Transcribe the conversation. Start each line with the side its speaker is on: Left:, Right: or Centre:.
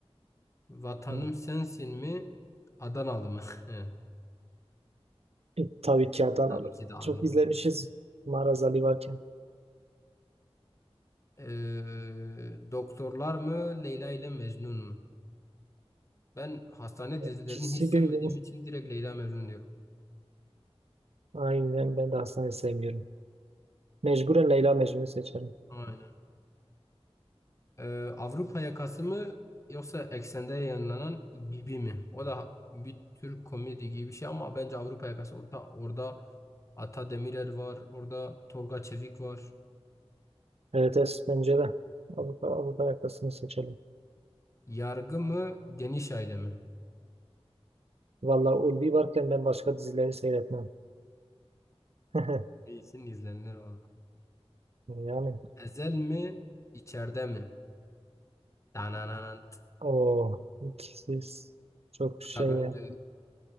Left: Vatanım
Right: Hı.
Left: Sensin mi? Adanalı mı? <laughs> Evet,
Right: E, tabii ki Adanalı.
Left: Tabii ki de Adanalı.
Right: Çok izlemişiz Maraz Ali varken.
Left: Ee, doktorlar mı? Leyla ile Mecnun mu? Ben hastane dizilerini
Right: İkisi
Left: hiç sevmediğim
Right: birbirini.
Left: için direkt Leyla Mecnun diyorum.
Right: Aynen ben de Aslan'ı sevmiyorum. Mecburen Leyla Mecnun'u seçerim.
Left: Aynen. Ee, Avrupa yakası mı yoksa eksende yayınlanan gibi mi? O da bir tür komedi gibi bir şey ama bence Avrupa yakası orada orada Ata Demirer var, orada Tolga Çevik var.
Right: Evet, evet bence de. Avrupa, Avrupa yakasını seçelim.
Left: Yargı mı, Geniş Aile mi?
Right: Vallahi Ulvi varken ben başka dizileri seyretmem. <laughs>
Left: İyisin izlenir valla.
Right: Yani
Left: Ezel mi, içeride mi? Dananant.
Right: o ikisiz çok şey.
Left: Kanka bence
Right: ya.